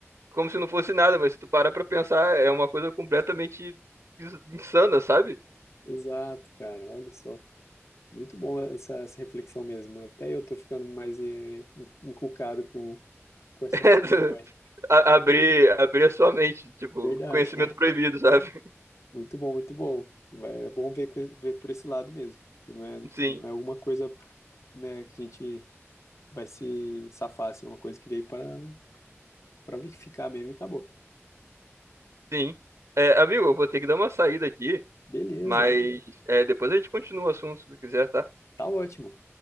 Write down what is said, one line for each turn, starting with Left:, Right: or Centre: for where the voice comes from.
Right: como se não fosse nada, mas se tu parar pra pensar, é uma coisa completamente ins- insana, sabe?
Left: Exato, cara, olha só. Muito bom essa, essa reflexão mesmo. Até eu tô ficando mais eh, encucado com, com
Right: <laughs>
Left: essas
Right: É,
Left: questões.
Right: tu- a- abrir, abrir a sua mente, tipo,
Left: Verdade.
Right: conhecimento proibido, sabe? <laughs>
Left: <laughs> Muito bom, muito bom. Vai- É bom ver, co- ver por esse lado mesmo, que não é,
Right: Sim,
Left: não é alguma coisa, né, que a gente vai se safar, assim, é uma coisa que veio para para ficar mesmo e acabou.
Right: sim. É, amigo, eu vou ter que dar uma saída aqui,
Left: Beleza,
Right: mas é, depois a gente continua o assunto, se tu quiser, tá?
Left: tá ótimo,